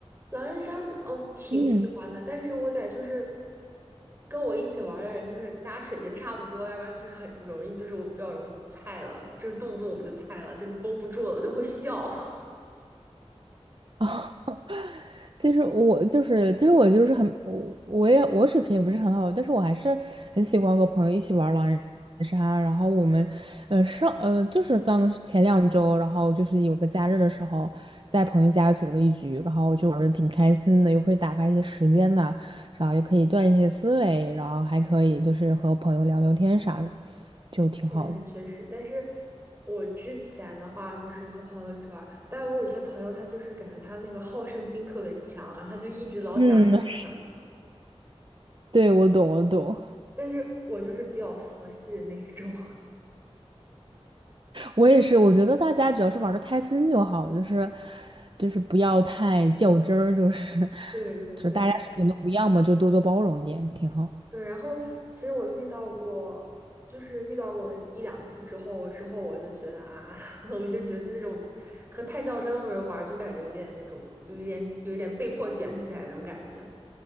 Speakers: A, on the right; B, on the right.
A: 狼人杀，哦，挺喜欢的，
B: 嗯。
A: 但是我得就是跟我一起玩儿的人，就是大家水平差不多，要不然就是很容易，就是我比较容易菜了，就是动不动我就菜了，就是绷不住了，我就会笑。<laughs>
B: 哦，<laughs> 其实我就是，其实我就是很，我我也我水平也不是很好，但是我还是很喜欢和朋友一起玩狼人杀。然后我们，呃，上呃就是刚前两周，然后就是有个假日的时候，在朋友家组了一局，然后就玩的挺开心的，又可以打发一些时间呐，然后又可以锻炼一些思维，然后还可以就是和朋友聊聊天啥的，就挺好的。
A: 确实确实，但是我之前的话就是和朋友一起玩儿，但我有些朋友他就是感觉他那个好胜心特别强，然后他就一直老想赢老想赢，
B: 嗯，对，我懂，我懂。
A: 但是我就是比较佛系的那一种。<laughs>
B: 我也是，我觉得大家只要是玩的开心就好，就是就是不要太较真儿，就是
A: 对对对，
B: 就是大家水平都不一样嘛，就多多包容一点，挺好。
A: 对，然后其实我遇到过，就是遇到过一两次之后，之后我就觉得啊，<laughs> 我就觉得那种和太较真的人玩儿就感觉有点那种，有一点有一点被迫卷起来的那种感觉。